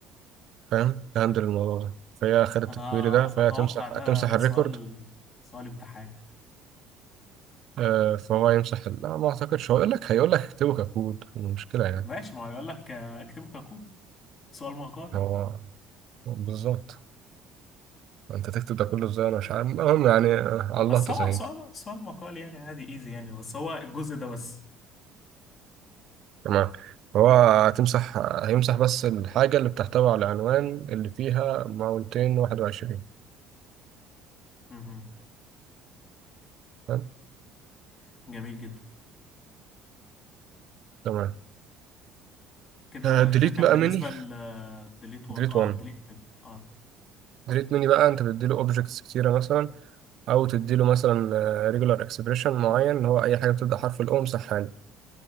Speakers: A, on the right; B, on the left.
A: فاهم تهندل الموضوع ده فهي خدت
B: أنا
A: الكويري ده فهي
B: أتوقع
A: هتمسح
B: ده
A: هتمسح الريكورد
B: سؤال سؤال امتحان
A: آه، فهو يمسح ال- لا ما أعتقدش هو يقول لك هيقول لك اكتبه ككود المشكلة يعني
B: ماشي ما هو يقول لك آه، اكتبه ككود سؤال مقالي
A: هو بالظبط انت تكتب ده كله ازاي انا مش عارف المهم يعني آه، على الله
B: بس
A: تسهيل
B: هو سؤال سؤال مقالي يعني عادي ايزي يعني بس هو الجزء ده بس
A: تمام هو هتمسح هيمسح بس الحاجة اللي بتحتوي على العنوان اللي فيها 221
B: مهم.
A: تمام
B: جميل جدا
A: تمام
B: كده
A: ديليت
B: ده كان
A: بقى
B: بالنسبة
A: مني
B: لديليت 1
A: ديليت
B: اه
A: 1
B: ديليت مني اه
A: ديليت مني بقى انت بتديله اوبجكتس كتيرة مثلا او تديله مثلا ريجولار اكسبريشن معين اللي هو اي حاجة بتبدأ حرف الاو امسحها لي